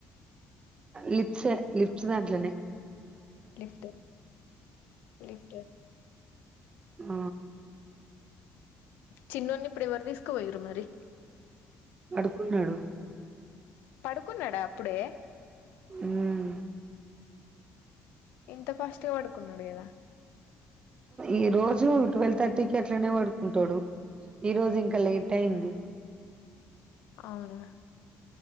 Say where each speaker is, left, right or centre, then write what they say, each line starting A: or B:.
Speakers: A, on the right; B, on the left.
A: లిప్స్ లిప్స్ దాట్ల
B: లిఫ లిఫ
A: అ
B: చిన్నోనీ ఇప్పుడు ఎవరు తీసుకుపోయురు మరి
A: పడుకున్నాడు
B: పడుకున్నాడా అప్పుడే
A: మ్మ్
B: ఇంత ఫాస్టుగా పడుకున్నాడు కదా
A: ఈ రోజు ట్వెల్వ్ థర్టీకి అట్లనే పడుకుంటాడు ఈ రోజు ఇంకా లేట్ అయింది
B: అవును